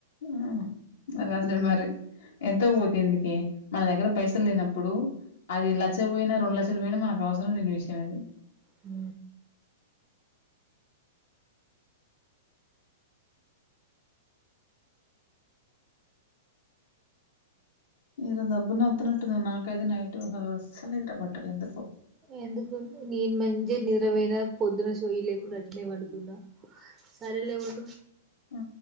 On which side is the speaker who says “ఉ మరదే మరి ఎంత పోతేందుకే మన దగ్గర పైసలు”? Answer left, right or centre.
Left